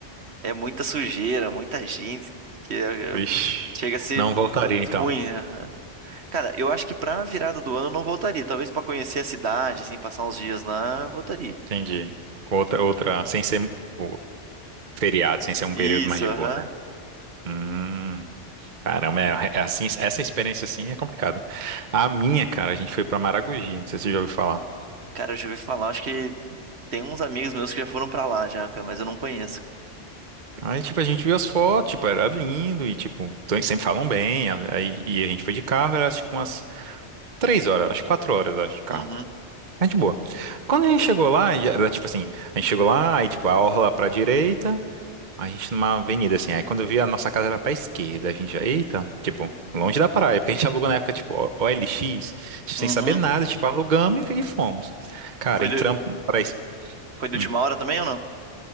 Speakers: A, on the right; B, on the right.
A: é muita sujeira, muita gente, que é-
B: Ixi,
A: é- chega a ser
B: não voltaria
A: ru-
B: então.
A: ruim, né? Aham. Cara, eu acho que pra virada do ano eu não voltaria, talvez pra conhecer a cidade, assim, passar uns dias lá, eu voltaria.
B: Entendi. Outra, outra, sem ser o feriado, sem ser um
A: Isso,
B: período mais de
A: aham.
B: boa, né? Hum, caramba, é, é assim, essa experiência assim é complicada. A minha, cara, a gente foi pra Maragogi, não sei se você já ouviu falar.
A: Cara, eu já ouvi falar, acho que tem uns amigos meus que já foram pra lá já, cara, mas eu não conheço.
B: Aí, tipo, a gente viu as fotos, tipo, era lindo e, tipo, tão- sempre falam bem. a- Aí, e a gente foi de carro, era, tipo, umas três horas, acho que quatro horas, acho, de carro.
A: Uhum,
B: É de boa. Quando a gente chegou lá, já era, tipo assim, a gente chegou lá, aí, tipo, a orla pra direita, aí a gente numa avenida, assim. Aí, quando eu vi, a nossa casa era pra esquerda. A gente, já, eita, tipo, longe da praia, porque a gente alugou na época, tipo, O- OLX, sem
A: uhum.
B: saber nada, tipo, alugamos e, e fomos. Cara,
A: Foi
B: entramos
A: do,
B: pra isso.
A: foi de
B: Hum.
A: última hora também ou não?